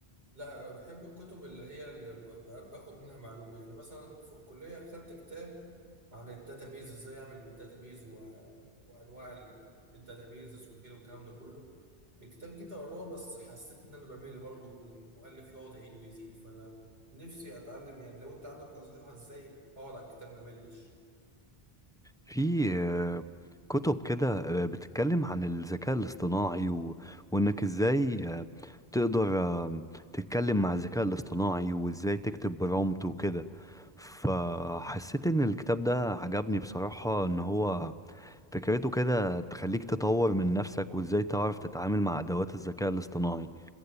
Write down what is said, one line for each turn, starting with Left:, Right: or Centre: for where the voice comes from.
Right: لا بحب الكتب اللي هي اللي ب- ب- باخد منها معلومة يعني مثلا في الكلية خدت كتاب عن الداتابيز ازاي اعمل الداتابيز و... وانواع الداتابيزز وكده والكلام ده كله الكتاب جيت اقراه بس حسيت ان انا بمل برضه المؤلف يقعد يعيد ويزيد فانا نفسي اتعلم يعني لو انت عندك نصيحة ازاي اقعد على الكتاب ما ملش
Centre: في آه، كتب كده آه، بتتكلم عن الذكاء الاصطناعي و... وانك ازاي آه، تقدر آه، تتكلم مع الذكاء الاصطناعي وازاي تكتب برومبت وكده فحسيت ان الكتاب ده عجبني بصراحة ان هو فكرته كده تخليك تطور من نفسك وازاي تعرف تتعامل مع ادوات الذكاء الاصطناعي